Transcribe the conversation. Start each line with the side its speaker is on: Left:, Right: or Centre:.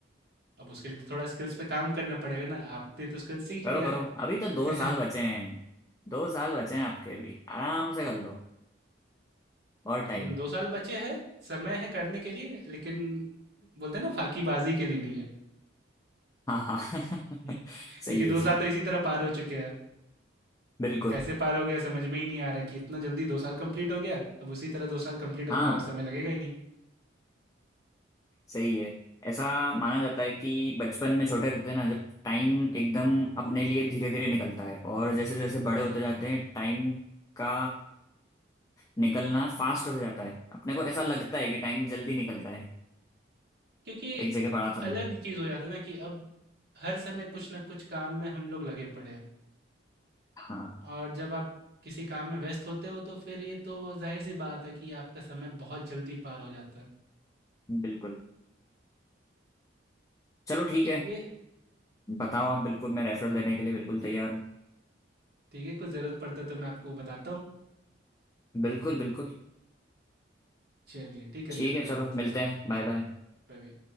Right: अब उसके लिए तो थोड़ा स्किल्स पे काम करना पड़ेगा ना, आपने तो स्किल्स सीख
Left: करो
Right: लिया
Left: करो
Right: है।
Left: अभी
Right: <laughs>
Left: तो दो
Right: हाँ,
Left: साल बचे हैं दो साल बचे हैं आपके भी आराम से कर लो और टाइम
Right: लेकिन
Left: है
Right: 2 साल बचे हैं, समय है करने के लिए, लेकिन बोलते हैं ना फाकीबाज़ी के लिए नहीं है।
Left: हाँ हाँ <laughs>
Right: <laughs> क्योंकि
Left: सही
Right: 2
Left: है सही
Right: साल तो
Left: है
Right: इसी तरह पार हो चुके हैं।
Left: बिल्कुल
Right: कैसे पार हो गया समझ में ही नहीं आ रहा कि इतना जल्दी 2 साल कंप्लीट हो गया, अब उसी तरह 2 साल कंप्लीट होने
Left: हाँ
Right: में और समय लगेगा ही नहीं।
Left: सही है ऐसा माना जाता है कि बचपन में छोटे रहते हैं ना जब टाइम एकदम अपने लिए धीरे धीरे निकलता है और जैसे जैसे बड़े होते जाते हैं टाइम का निकलना फास्ट होता जाता है अपने को ऐसा लगता है कि टाइम जल्दी निकल रहा है
Right: क्योंकि
Left: एक जगह पढ़ा था
Right: अलग
Left: मैंने
Right: चीज़ हो जाता है ना कि अब हर समय कुछ ना कुछ काम में हम लोग लगे पड़े हैं
Left: हाँ
Right: और जब आप किसी काम में व्यस्त होते हो तो फिर ये तो जाहिर सी बात है कि आपका समय बहुत जल्दी पार हो जाता है
Left: बिल्कुल चलो
Right: तो
Left: ठीक
Right: चलिए
Left: है बताओ आप बिल्कुल मैं रेफरल देने के लिए बिल्कुल तैयार हूँ
Right: ठीक है कुछ ज़रूरत पड़ता है तो मैं आपको बताता हूँ
Left: बिल्कुल बिल्कुल
Right: चलिए ठीक है
Left: ठीक
Right: मिलता
Left: है चलो
Right: हूँ आपसे
Left: मिलते हैं बाय बाय
Right: Bye bye